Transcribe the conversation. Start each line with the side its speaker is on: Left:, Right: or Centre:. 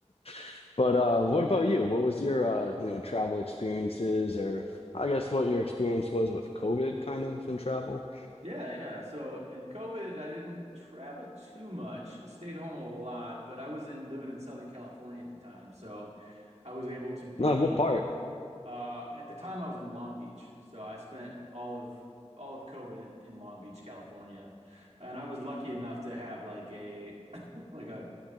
Left: <laughs> but uh, what about you? What was your uh, you know, travel experiences, or I guess what your experience was with COVID, kind of in travel?
Right: Yeah, yeah. So in COVID, I didn't travel too much, stayed home a lot, but I was in living in Southern California at the time. So I was able to be
Left: Uh, what part?
Right: uh at the time I was in Long Beach. So I spent all of all of COVID at- in Long Beach, California. And I was lucky enough to have like a <coughs> <clears throat> like a